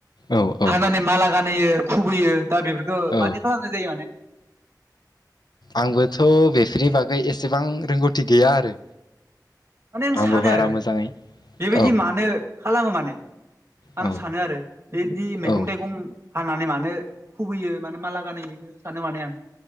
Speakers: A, on the left; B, on the right.
A: औ औ
B: हानानै माला गानहोयो खुबैयो दा बेफोरखौ
A: औ
B: मानिे खालामनाय जायो माने
A: आंबोथ' बेफोरनि बागै एसेबां रोंगौथि गैया आरो
B: माने आं
A: आंबो
B: सानो
A: बारा मोजाङै
B: बेबायदि
A: औ
B: मानो खालामो माने आं
A: औ
B: सानो आरो बेदि मैगं
A: औ
B: थाइगं हानानै मानो खुबैयो मानो माला गानायो बेखौ सानो माने आं